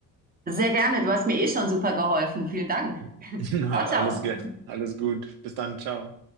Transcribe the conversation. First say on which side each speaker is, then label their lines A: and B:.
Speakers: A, on the right; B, on the right.
A: Sehr gerne. Du hast mir eh schon super geholfen. Vielen Dank.
B: <laughs>
A: <laughs>
B: Na,
A: Ciao, ciao.
B: Alles, ge- alles gut. Bis dann, ciao.